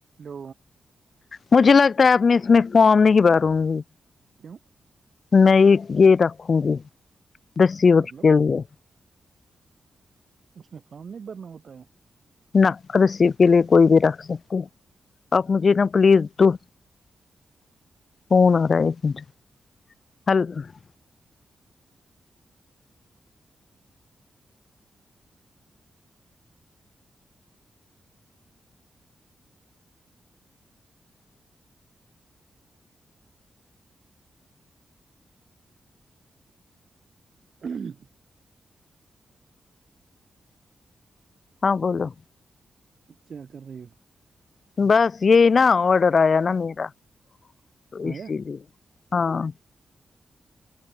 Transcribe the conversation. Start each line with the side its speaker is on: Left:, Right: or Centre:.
Right: تو
Left: مجھے لگتا ہے اب میں اس میں فارم نہیں باروں گی
Right: کیوں
Left: میں یہ رکھوں گی دسی اٹ
Right: مطلب
Left: کے لیے
Right: اس میں فم نہیں بھرنا ہوتا ہے
Left: نق رسیب کے لیے کوئی بھی رکھ سکتے آپ مجھے نا پلیز تو فون
Right: ہے
Left: آ رہا ہےایک م <unintelligible>
Right: ہ <unintelligible> <inaudible>
Left: ہاں بولو
Right: کیا کر رہے ہو
Left: بس یہی نا آڈر آیا نا میرا تو اسی
Right: آیا
Left: لیے ہاں